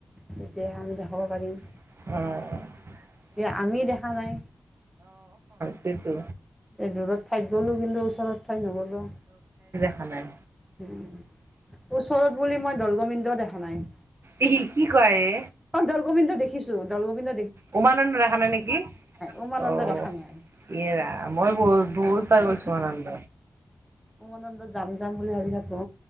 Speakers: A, in the centre; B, on the right.
A: যেতিয়া আমি দে। হ'ব পাৰিম।
B: অহ।
A: এতিয়া আমি দেখা নাই?
B: সেইটোৱেতো
A: এই দূৰত ঠাইত গ'লো, কিন্তু ওচৰত ঠাইত নগলো।
B: হয় নাই?
A: উম, ওচৰত। বুলি মই। দৌলগোবিন্দ দেখা নাই।
B: ই কি কয় এ
A: অ দৌলগোবিন্দ দেখিছোঁ দৌলগোবিন্দ।
B: উমানন্দ দেখা নাই নেকি
A: উমানন্দ
B: অ
A: দেখা নাই
B: ইয়ে ৰাম মই বহুত বহুত। বাৰ গৈছো
A: উ
B: উমানন্দ।
A: উমানন্দত যাম যাম বুলি ভাবি থাকো